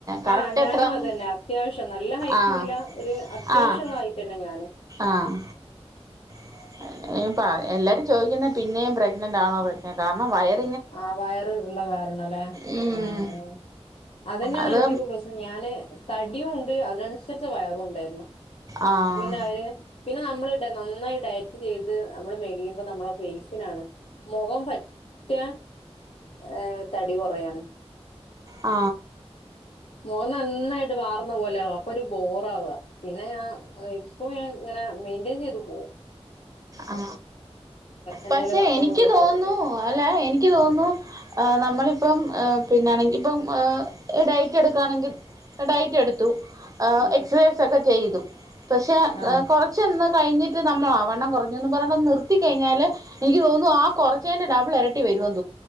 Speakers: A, on the right; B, on the left.
A: കറക്റ്റ്
B: ആഹ് ഞാനും
A: എത്രാന്ന്
B: അതന്നെ അത്യാവശ്യം നല്ല ഹൈറ്റുല്ല
A: ആഹ്
B: ഒരു അത്യാവശ്യള്ള
A: ആഹ്
B: ഹൈറ്റന്നെ ഞാനും
A: ആഹ് <inaudible> എല്ലാരും ചോദിക്കുന്ന പിന്നെയും പ്രഗ്നന്റ് ആണോ പ്രെഗ്നന്റാണോ കാരണം വയർ
B: ആ വയറ് ഉള്ള കരണല്ലേ
A: ഉം
B: ആ ആ അതന്നെയാണ്
A: അത്
B: എനിക്കിപ്പം പ്രശനം ഞാന് തടിയും ഉണ്ട് അതിനനുസരിച്ച് വയറും ഉണ്ടായിരുന്നു
A: ആഹ്
B: അത് പിന്നെ അവര് പിന്നെ നമ്മ നന്നായി ഡയറ്റ് ചെയ്ത് നമ്മള് മെടിയുമ്പോ നമ്മളുടെ ഫേസിനാണ് മുഖം മറ്റ ഏഹ തടി കുറയാണ്
A: ആ
B: മുഖം നന്നായിട്ട് വാർന്ന പോലകും പ്പൊ ഒരു ബോറ ആവ പിന്നെ ഞാൻ ഇപ്പൊ ഇങ്ങനെ മെയി- ചെയ്തു പോകു
A: ആ
B: എണ്ണയിൽ
A: പക്ഷെ
B: വറുത്തൊന്നും
A: എനിക്ക്
B: കഴിക്കാതെ
A: തോന്നുന്നു അല്ലേ എനിക്ക് തോന്നുന്നു നമ്മളിപ്പം പിന്നൊണെങ്കിൽ ഇപ്പം ഡയറ്റ് എടുക്കുകയാണെങ്കിൽ ഡയറ്റ് എടുത്തു-
B: ഉം
A: എക്സൈ് സക്ക ചെയ്തു പക്ഷെ
B: ആഹ്
A: കുറച്ച എന്താ കഴിഞ്ഞിട്ട് നമ്മള ആ വണ്ണം കുറച്ച് ന്ന് പറഞ്ഞു അത് നിർത്തി കഴിഞ്ഞാല് എനിക്ക് തോന്നുന്നു ആ കുറച്ചേൻന്റെ ഡബിൾ ഇരട്ടി വരുംന്ന്